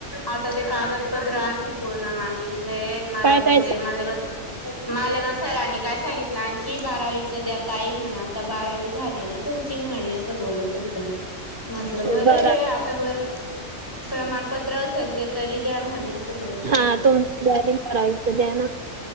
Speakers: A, on the left; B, on the right.
A: आता दे कागत पत्र आणखी पूर्ण मागित मला
B: काय
A: तर
B: काय
A: ते माला माले मस्या रा काय सांगितलं आणखी बारावीच द आता आई म्हण आता बारावी झाली ना तुमची म्हणे असं बोलत हो म्हटलं बरं
B: बरा
A: आता बरं प्रमाणपत्र असेल ते तरी द्या म्हणे अस ब
B: हा तुमची बारावी बारावीच द्या ना